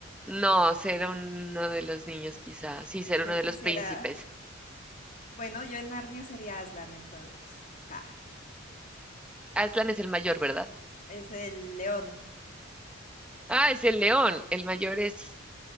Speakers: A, in the centre; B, on the left.
A: No, ser uno de los niños quizá. Sí, ser
B: Yo
A: uno
B: quisiera,
A: de los príncipes.
B: bueno, yo en Narnia sería Aslan entonces. Ja,
A: Aslan es el mayor, ¿verdad?
B: es el león.
A: Ah, es el león. El mayor es...